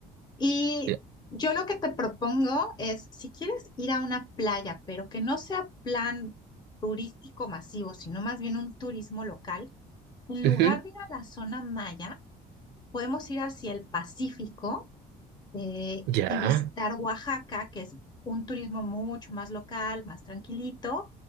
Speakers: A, on the left (about 25°); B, on the right (about 80°).
A: Y
B: Ya.
A: yo lo que te propongo es, si quieres ir a una playa, pero que no sea plan turístico masivo, sino más bien un turismo local, en lugar
B: Ujú.
A: de ir a la zona maya, podemos ir hacia el Pacífico eh,
B: Ya.
A: y visitar Oaxaca, que es un turismo mucho más local, más tranquilito.